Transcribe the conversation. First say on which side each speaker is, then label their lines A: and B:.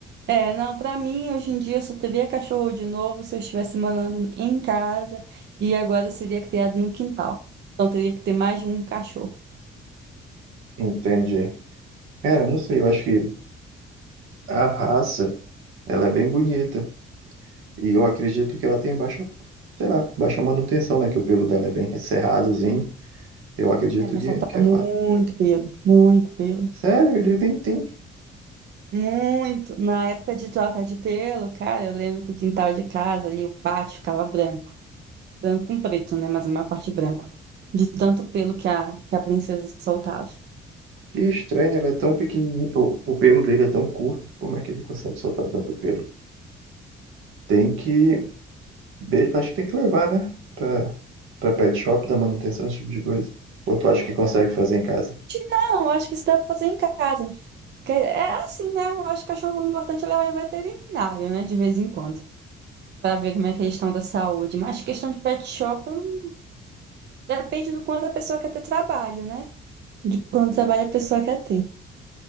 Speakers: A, on the right; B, on the right.
A: É, não, pra mim, hoje em dia, eu só teria cachorro de novo se eu estivesse morando em casa e agora seria criado no quintal. Então, teria que ter mais de um cachorro.
B: Entendi. Cara, não sei, eu acho que a raça, ela é bem bonita. E eu acredito que ela tem baixa, sei lá, baixa manutenção, né? Que o pelo dela é bem cerradozinho. Eu acredito
A: É, mas
B: que,
A: solta
B: que é
A: muito
B: fácil.
A: pelo, muito pelo,
B: Sério, ele tem, tem.
A: muito. Na época de troca de pelo, cara, eu lembro que o quintal de casa ali, o pátio, ficava branco. Branco com preto, né? Mas a maior parte branco. De tanto pelo que a, que a princesa soltava.
B: Que estranho, ela é tão pequenininha. O, o pelo dele é tão curto. Como é que ele consegue soltar tanto pelo? Tem que. be- Acho que tem que levar, né? Pra, pra pet shop, dar manutenção, esse tipo de coisa. Ou tu acha que consegue
A: É,
B: fazer em casa?
A: Não, eu acho que isso dá pra fazer em casa. Porque É assim, né? Eu acho que cachorro o importante é levar em veterinário, né? De vez em quando. Pra ver como é a estão da saúde. Mas questão de pet shop hum, depende do quanto a pessoa quer ter trabalho, né? De quanto trabalho a pessoa quer ter.